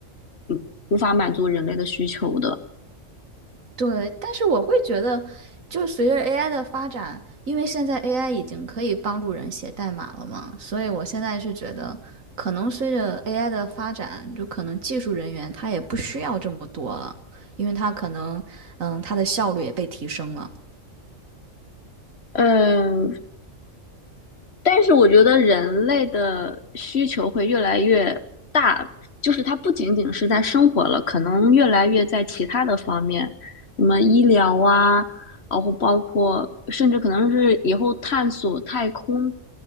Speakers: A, on the left (about 55°); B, on the right (about 85°).
A: 嗯无法满足人类的需求的。
B: 对，但是我会觉得，就随着 AI 的发展，因为现在 AI 已经可以帮助人写代码了嘛，所以我现在是觉得，可能随着 AI 的发展，就可能技术人员他也不需要这么多了，因为他可能，嗯，他的效率也被提升了。
A: 嗯，但是我觉得人类的需求会越来越大，就是它不仅仅是在生活了，可能越来越在其他的方面，什么医疗啊，然后包括甚至可能是以后探索太空，